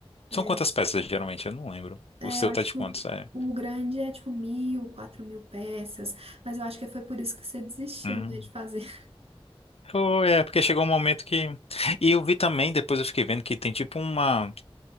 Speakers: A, on the left (about 75°); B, on the right (about 70°).
A: São
B: É,
A: quantas peças, geralmente? Eu não lembro. O
B: É,
A: seu
B: eu acho
A: tá de
B: que
A: quantos?
B: o,
A: É.
B: o grande é tipo mil, quatro mil peças, mas eu acho que foi por isso que você desistiu,
A: Hum.
B: né, de fazer. <laughs>
A: Foi, é, porque chegou um momento que. E eu vi também, depois eu fiquei vendo que tem tipo uma.